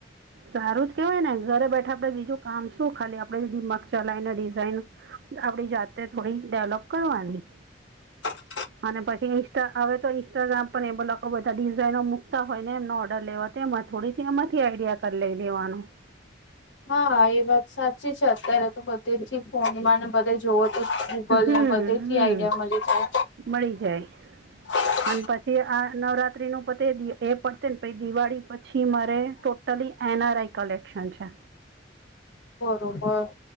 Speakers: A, on the right; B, on the left.
A: સારું જ કેવાય ને ઘરે બેઠા આપડે બીજું કામ શું ખાલી આપડે દિમાગ ચલાયને ડિઝાઇન આપડી જાતે થોડી ડેવલોપ કરવાની
B: હ
A: અને અને પછે. હવે તો ઇન્સ્ટાગ્રામ પણ એ બા લોકો બધા ડિઝાઇનો મૂકતા હોય ને એમનો ઓર્ડર લેવા તેમાં થોડી એમાંથી આઈડિયા કરી લઈ લેવાનું.
B: હા એ વાત સાચી છે અત્યારે તો બધીથી ફોન મને બધે જોવો તો ગૂગલ
A: હમ
B: ને બધે
A: હમ
B: થી આઈડિયા મળી જાય.
A: મળી જાય
B: હ
A: અને પછી આ નવરાત્રી નું પતે એ પડત ને પ દિવાળી પછી મારે તો ટલી એનઆરઆઈ કલેક્શન છે.
B: બરોબર